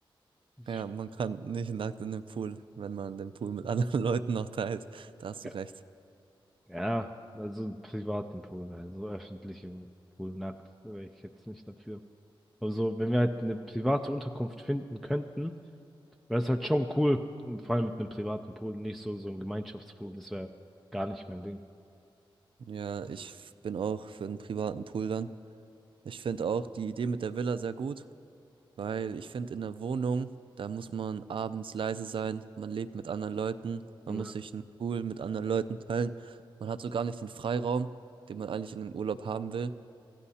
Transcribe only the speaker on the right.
Ja, man kann nicht nackt in den Pool, wenn man den Pool mit anderen <laughs> Leuten noch teilt. Da hast
du recht.
Ja, ich f- bin auch für einen privaten Pool dann. Ich finde auch die Idee mit der Villa sehr gut, weil ich finde, in der Wohnung, da muss man abends leise sein, man lebt mit anderen Leuten, man
muss sich einen Pool mit anderen Leuten teilen. Man hat so gar nicht den Freiraum, den man eigentlich in einem Urlaub haben will.